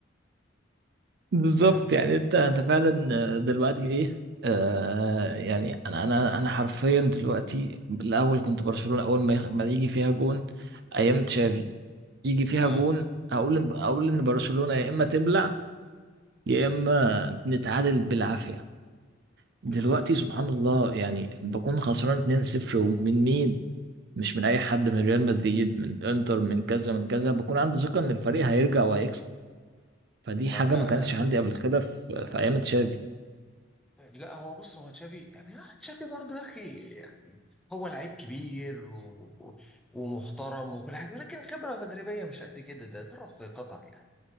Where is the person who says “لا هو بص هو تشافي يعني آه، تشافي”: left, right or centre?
Centre